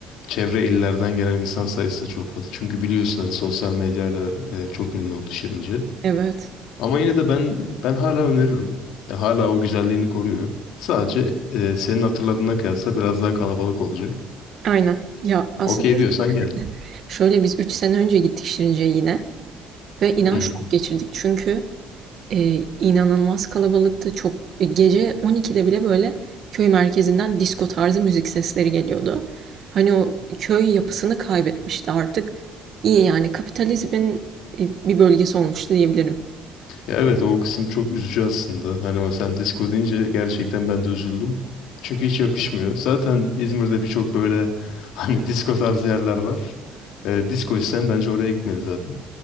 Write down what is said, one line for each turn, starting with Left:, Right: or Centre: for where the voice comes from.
Left: çevre illerden gelen insan sayısı da çok fazla. Çünkü biliyorsun hani sosyal medyayla e, çok ünlü oldu Şirince.
Right: Evet.
Left: Ama yine de ben ben hala öneririm. Ya hala o güzelliğini koruyor. Sadece e, senin hatırladığına kıyasla biraz daha kalabalık olacak.
Right: Aynen. Ya aslında
Left: Okey
Right: biz
Left: diyorsan gel.
Right: şöyle biz 3 sene önce gittik Şirince'ye yine ve inan
Left: Hı
Right: şok
Left: hı.
Right: geçirdik. Çünkü Eee, inanılmaz kalabalıktı. Çok e, gece 12'de bile böyle köy merkezinden disko tarzı müzik sesleri geliyordu. Hani o köy yapısını kaybetmişti artık. İyi yani kapitalizmin e, bir bölgesi olmuştu diyebilirim.
Left: Ya evet o kısım çok üzücü aslında. Hani o sen disco deyince gerçekten ben de üzüldüm. Çünkü hiç yakışmıyor. Zaten İzmir'de birçok böyle <laughs> hani disco tarzı yerler var. Ee, disco isteyen bence oraya gitmeli zaten.